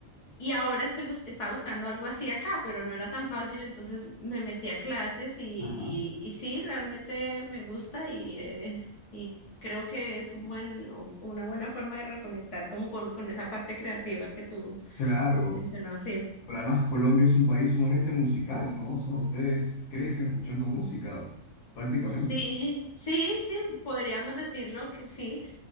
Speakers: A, on the left; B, on the left.
A: Y ahora estoy bus- estaba buscando algo así acá, pero no era tan fácil, entonces me metí a clases y,
B: Ajá.
A: y, y sí, realmente me gusta y, eh, y creo que es un buen, u- una buena forma de reconectar como con, con esa parte creativa que tú
B: Claro.
A: mencionabas, sí.
B: Pero además Colombia es un país sumamente musical, ¿no? O sea, ustedes crecen escuchando música, prácticamente.
A: Sí, sí, sí, podríamos decirlo que sí.